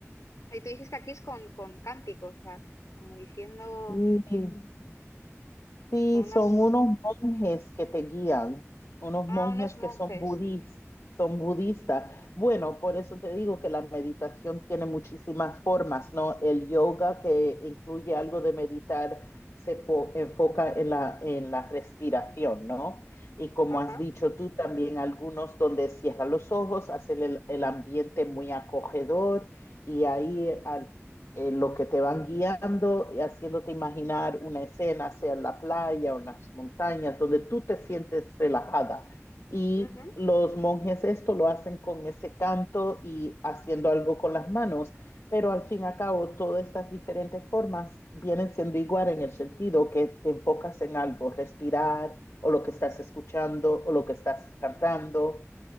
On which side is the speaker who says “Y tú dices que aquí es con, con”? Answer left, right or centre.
Left